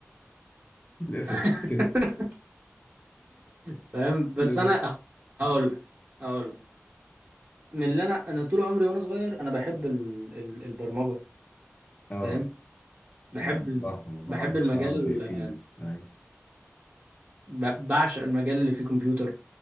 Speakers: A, on the left; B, on the right.
A: <laughs> ليه
B: <laughs>
A: كده
B: فاهم بس
A: ليه
B: انا هقول لك هقول لك من اللي انا انا طول عمري وانا صغير انا بحب ال... ال- البرمجه
A: آه
B: فاهم بحب
A: أنا
B: ال-
A: بصراحة ما بعرفش
B: بحب المجال
A: أقعد دقيقتين أيوة.
B: ب... بعشق المجال اللي فيه كمبيوتر